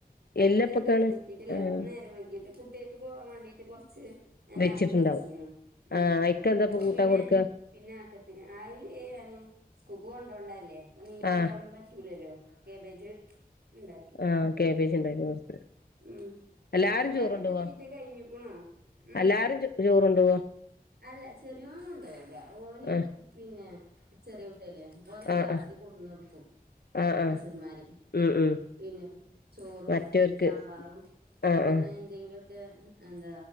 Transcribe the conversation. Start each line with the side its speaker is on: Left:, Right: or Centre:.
Right: അടുപ്പത്തിണ്ട്
Left: എല്ലപ്പൊക്കാണ്
Right: ഊറ്റിട്ടില്ല
Left: ആഹ്
Right: ന്ന് നേരം വൈകിട്ട് കുട്ടികേക്ക് പോകാൻ വേണ്ടിട്ട് കുറച്ച്
Left: വെച്ചിട്ടുണ്ടാവും
Right: ഞാനദ്യം വെച്ചിന്നു ഉം
Left: ആഹ് അയിക്കെന്താപ്പൊ
Right: അപ്പൊ
Left: കൂട്ടാൻ
Right: പിന്നെ
Left: കൊടുക്ക
Right: പിന്നെ ആക്കത്തിന് അയില് ന കുക്ക് കൊണ്ടോണ്ടല്ലേ അപ്പൊ നീവല്ല
Left: ആഹ്
Right: ഒന്നും പറ്റൂലല്ലോ കേബേജ് ഇണ്ടാക്കി
Left: ആ കാബേജ് ഇണ്ടാരുന്നു ഉം ഉം
Right: ഉം
Left: എല്ലാരും
Right: ആ ഒരു ഭാഗൊക്കെ
Left: ചോറ് കൊണ്ടോവോ
Right: തീറ്റ കഴിഞ്ഞിക്കുണു ഉം
Left: എല്ലാരും ചോറ് കൊണ്ടോവോ?
Right: അല്ല ചെറിയോൻ കൊണ്ടോവൂല ഓന്
Left: ആഹ്
Right: പിന്നെ ചെറിയ കുട്ട്യല്ലേ ഓര
Left: ആഹ്
Right: ക്ലാസ്സില്
Left: ആഹ്
Right: കൊണ്ടെന്ന് കൊടുക്കും
Left: ആഹ്
Right: ടീച്ചർമാര്.
Left: ആഹ് ഉം ഉം
Right: പിന്നെ ചോറും
Left: മറ്റവർക്ക്
Right: സാമ്പാറും
Left: ആഹ്
Right: പിന്നെ
Left: ആഹ്
Right: എന്തെങ്കിലു ക്കെ എന്താ